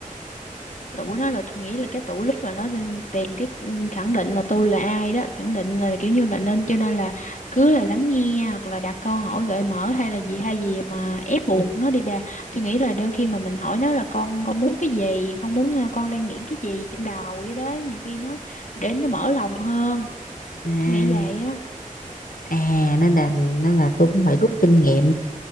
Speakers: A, on the left; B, on the left.
A: tuổi nó là tôi nghĩ là cái tuổi lúc mà nó đang tìm cái ừ, khẳng định là tôi là ai đó khẳng định là kiểu như là nên cho nên là cứ là lắng nghe hoặc là đặt câu hỏi gợi mở hay là gì hay gì mà ép buộc nó đi bà tôi nghĩ là đôi khi mà mình hỏi nó là con con muốn cái gì con muốn ờ, con đang nghĩ cái gì trong đầu vậy đó nhiều khi nó để nó mở lòng hơn
B: À.
A: tôi nghĩ vậy á
B: À nên là nên là tôi cũng phải rút kinh nghiệm